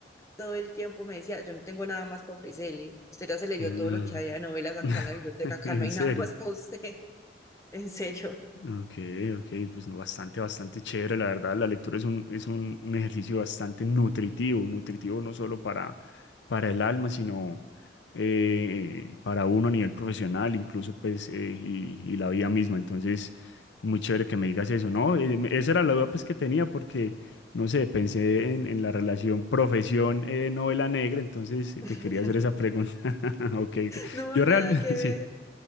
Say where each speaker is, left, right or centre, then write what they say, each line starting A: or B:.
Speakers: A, on the left; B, on the left.
A: todo el tiempo me decía, yo no tengo nada más para ofrecerle. Usted ya se leyó
B: Mm.
A: todo lo que había de novelas acá
B: <laughs>
A: en la biblioteca, acá
B: En
A: no hay
B: serio.
A: nada más para usted, <laughs> en serio.
B: Ok, ok, pues no, bastante, bastante chévere, la verdad. La lectura es un, es un, un ejercicio bastante nutritivo, nutritivo no solo para, para el alma, sino eh, para uno a nivel profesional, incluso pues, eh, y, y la vida misma. Entonces, muy chévere que me digas eso, ¿no? Eh, me- esa era la duda pues que tenía porque, no sé, pensé en, en la relación profesión, eh, novela negra, entonces eh,
A: <laughs>
B: te quería hacer esa pregunta. <laughs> Ok, ok.
A: No,
B: Yo
A: nada
B: realmente,
A: que
B: <laughs> sí,
A: ver.